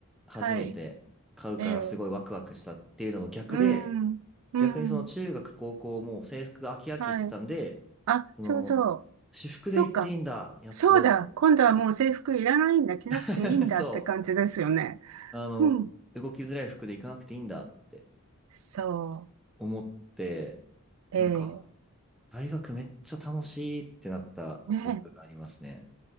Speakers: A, in the centre; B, on the right.
A: 初めて買うからすごいワクワクしたっていうのの逆で、
B: はい。ええ。うん。うん。
A: 逆にその中学高校も制服が飽き飽きしてたんで、
B: はい。あ、
A: その、
B: そうそう。
A: 私服で行っていいんだ、
B: そっか。
A: やっと、
B: そうだ。
A: みたいな。
B: 今度はもう制服いらないんだ。
A: は
B: 着なくていいんだって感じですよね。
A: い <laughs> そう。あの、
B: うん。
A: 動きづらい服で行かなくていいんだって
B: そ
A: 思って、
B: う。
A: なんか、
B: ええ
A: 大学めっちゃ楽しいってなった覚えがありますね。
B: ねえ。め